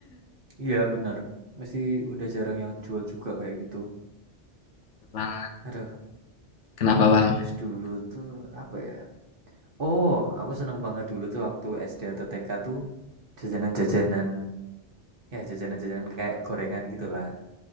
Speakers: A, on the right; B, on the left.
A: Iya bener. Mesti udah jarang yang jual juga kayak gitu.
B: <laughs> Bang,
A: Aduh,
B: kenapa Bang?
A: terus dulu tuh apa ya? Oh, aku seneng banget dulu tuh waktu SD atau TK tuh jajanan-jajanan, ya jajanan-jajanan kayak gorengan gitu lah,